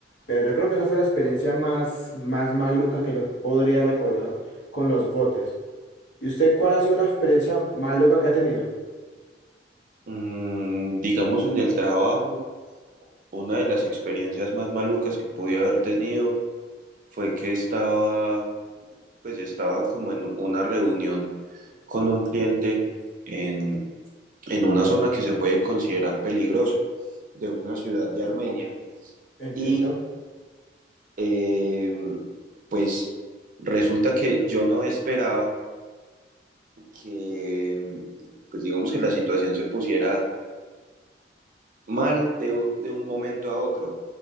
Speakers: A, on the left (about 85°); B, on the right (about 50°).
A: Pero yo creo que esa fue la experiencia más, más maluca que yo podría recordar con los botes. ¿Y usted cuál ha sido una experiencia maluca que ha tenido?
B: Mm, digamos en el trabajo, una de las experiencias más malucas que pude haber tenido fue que estaba, pues estaba como en una reunión con un cliente en, en una zona que se puede considerar peligrosa de una ciudad de Armenia.
A: Entiendo.
B: Y eh, pues resulta que yo no esperaba que, pues digamos que la situación se pusiera mal de, u- de un momento a otro.